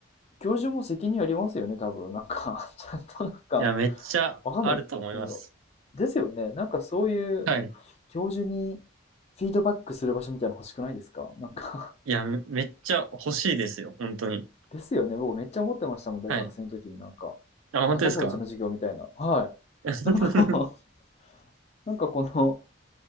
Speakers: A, on the left (about 30°); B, on the right (about 85°).
A: 教授も責任ありますよね、多分。なんか <laughs> ちゃんとなんか、
B: や、めっちゃあると思います。
A: わかんないけど。ですよね。なんかそういう
B: はい。
A: 教授にフィードバックする場所みたいなの欲しくないですかなんか
B: いや、めめっちゃ欲しいですよ、本当に。
A: ですよね。僕めっちゃ思ってましたもん、大学生の時になんか、
B: はい。あ、本当ですか
A: なんだこいつの授業みたいな。はい。
B: <laughs>
A: なんか <laughs> なんかこの、